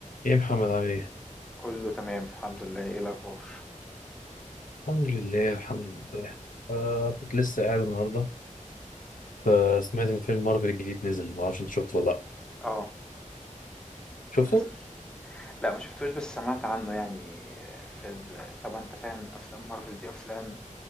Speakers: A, on the left (about 85°); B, in the centre.
A: ايه يا محمد عامل ايه؟
B: كله تمام الحمد لله ايه الاخبار
A: الحمد لله الحمد لله آه كنت لسه قاعد النهارده فسمعت ان فيلم مارفل الجديد نزل ما اعرفش انت شفته ولا لا
B: اه
A: شفته؟
B: نزل لا ما شفتوش بس سمعت عنه يعني فيلم طبعا انت فاهم افلام مارفل دي افلام